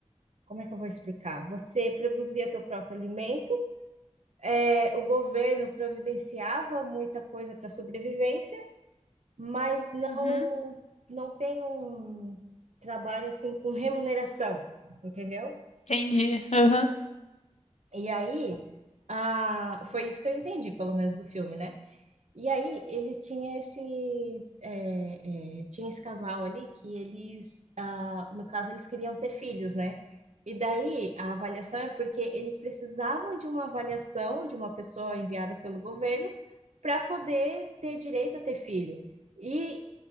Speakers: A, on the right; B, on the left.
A: como é que eu vou explicar? Você produzia teu próprio alimento, é, o governo providenciava muita coisa para sobrevivência, mas não
B: Uhum,
A: não tem um trabalho assim com remuneração, entendeu?
B: entendi. Uhum,
A: E aí, ah, foi isso que eu entendi, pelo menos do filme, né? E aí ele tinha esse é, é, tinha esse casal ali que eles, ah, no caso, eles queriam ter filhos, né? E daí a avaliação é porque eles precisavam de uma avaliação de uma pessoa enviada pelo governo para poder ter direito a ter filho. E